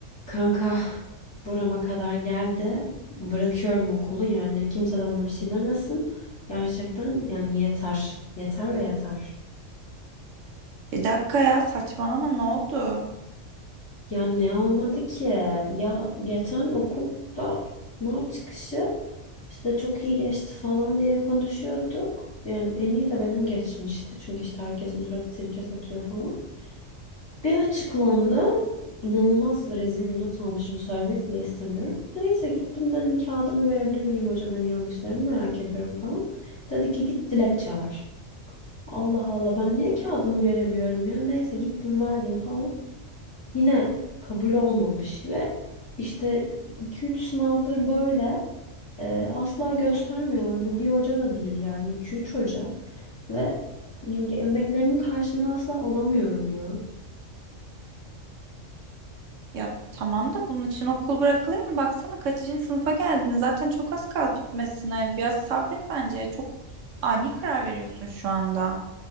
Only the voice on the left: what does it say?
Kanka burama kadar geldi. Bırakıyorum okulu yani kimse de bana bir şey demesin. Gerçekten yani yeter. Yeter ve yeter.
Ya ne olmadı ki? Ya geçen okulda sınav çıkışı işte çok iyi geçti falan diye konuşuyorduk. Yani en iyi de benim geçmişti. Çünkü işte herkesin suratı sirke satıyor falan. Bir açıklandı. İnanılmaz rezil bir not almışım. Söylemek bile istemiyorum. Neyse gittim dedim kağıdımı görebilir miyim hocam hani yanlışlarımı merak ediyorum falan. Dedi ki git dilekçe ver. Allah Allah ben niye kağıdımı göremiyorum ya. Neyse gittim verdim falan. Yine kabul olmamış ve işte iki üç sınavdır böyle e, asla göstermiyorlar. Bu bir hoca da değil yani iki üç hoca ve yani emeklerimin karşılığını asla alamıyorum ya.